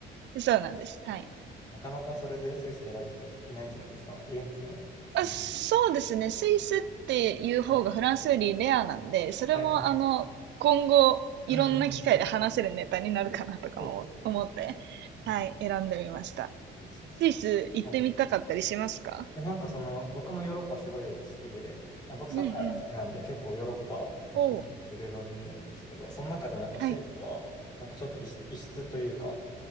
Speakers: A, on the right; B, on the left.
A: そうなんです。はい。
B: なかなかそれでスイス選ぶ人いないんじゃないですかいるんですかねその
A: あ、そうですね。スイスっていう方がフランスよりレアなんで、
B: はい。
A: それもあの、
B: はいはい。
A: 今後いろんな機会で話せるネタになるかなとかも思って、
B: うんうんうん。そうですね。うん
A: はい、選んでみました。
B: いいですね。
A: スイス行ってみたかったりしますか
B: はいで、なんかその、僕もヨーロッパすごい好きで、あ、僕サッカーが好きなんで、
A: うんうん。
B: 結構ヨーロッパの国いろいろ見てるんですけど、
A: おう、
B: その中でもやっぱスイスは、
A: はい。
B: なんかちょっと異質、異質というか、